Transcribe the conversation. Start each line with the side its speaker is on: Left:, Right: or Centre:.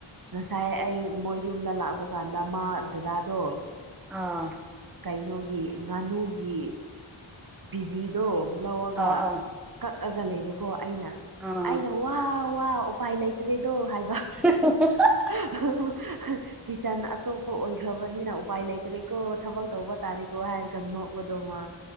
Right: ꯉꯁꯥꯏ ꯑꯩ ꯃꯣꯏ ꯌꯨꯝꯗ ꯂꯥꯛꯄ ꯀꯥꯟꯗ ꯃꯥ ꯗꯗꯥꯗꯣ
Centre: ꯑꯥ
Right: ꯀꯩꯅꯣꯒꯤ ꯉꯥꯅꯨꯒꯤ ꯕꯤꯖꯤꯗꯣ ꯂꯧꯔꯒ
Centre: ꯑꯥ ꯑꯥ
Right: ꯀꯛꯑꯒ ꯂꯩꯕꯀꯣ ꯑꯩꯅ
Centre: ꯑꯥ
Right: ꯑꯩꯅ ꯋꯥ ꯋꯥ ꯎꯄꯥꯏ ꯂꯩꯇ꯭ꯔꯦꯗꯣ ꯍꯥꯏꯕ
Centre: <unintelligible>
Right: <unintelligible> ꯀꯤꯠꯆꯟ ꯑꯇꯣꯞꯄ ꯑꯣꯏꯈ꯭ꯔꯕꯅꯤꯅ ꯎꯄꯥꯏ ꯂꯩꯇ꯭ꯔꯦꯀꯣ ꯊꯕꯛ ꯇꯧꯕ ꯇꯥꯔꯦꯀꯣ ꯍꯥꯏꯔꯒ ꯅꯣꯛꯄꯗꯧꯃ